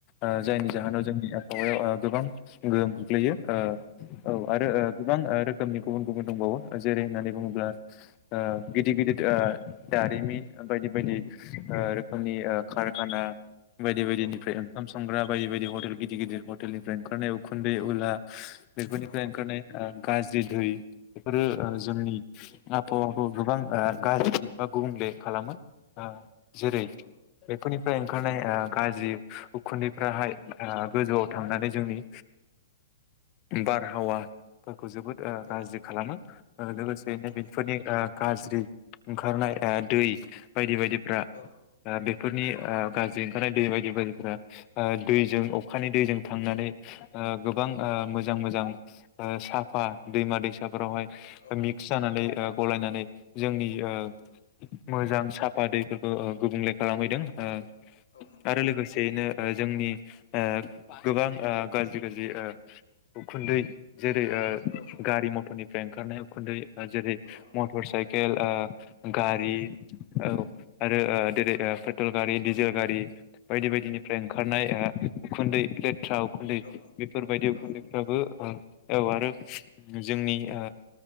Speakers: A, on the left (about 35°); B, on the left (about 80°).
A: ओ जायनि
B: नंगौ
A: जाहोनाव जोंनि मायाव ओ गोबां गोहोम खग्लैयो ओ औ आरो गोबां ओ रो रोखोमनि गुबुन गुबुन दंबावो जेरै होननानै बुङोब्ला ओ गिदिर गिदिर ओ दारिमिन बायदि बायदि ओ रोख खोमनि कारखाना बायदि बायदिनिफ्राय
B: औ
A: ओंखाम संग्रा बायदि बायदि हटेल गिदिर गिदिर हटेलनिफ्राय ओंखारनाय उखुन्दै उला बेफोरनिफ्राय
B: औ
A: ओंखारनाय ओ गाज्रि दै बेफोरो ओ
B: औ
A: जोंनि आबहावाखौ गोबां ओ गाज्रि बा गुबुंले खालामो ओ जेरै
B: औ नंगौ
A: बेफोरनिफ्राय ओ ओंखारनाय गाज्रि उखुन्दैफ्राहाय ओ गोजौआव थांनानै जोंनि बारहावा खौ जोबोद
B: औ
A: गाज्रि खालामो ओ लोगोसेहैनो
B: नंगौ
A: बेफोरनि ओ गाज्रि ओंखारनाय ओ दै बायदि बायदिफ्रा
B: औ
A: ओ बे फोरनि ओ गाज्रि ओंखारनाय दै बायदि बायदिफोरा ओ दैजों अखानि दैजों। थांनानै ओ गोबां ओ मोजां मोजां ओ साफा दैमा दैसाफोरावहाय मिक्स
B: औ
A: जानानै ओ गलायनानै जोंनि ओ मोजां साफा दैफोरखौ गुबुंले खालामहैदों ओ
B: औ नंगौ
A: आरो लोगोसेयैनो। ओ जोंनि ओ गोबां ओ गाज्रि गाज्रि ओ उखुन्दै जेरै ओ
B: औ
A: गारि मथरनि फ्राय ओंखारनाय उखुन्दै जेरै
B: औ
A: मटर साइ खेल आ गारि
B: औ
A: औ। आरो ओ देरै ओ पेट्रल गारि डिजेल गारि। बायदि बायदिनिफ्राय ओंखारनाय ओ उखुन्दै। <unintelligible> उखुन्दै
B: औ
A: बेफोरबायदि उखुन्दैफ्राबो।
B: औ
A: औ आरो जोंनि ओ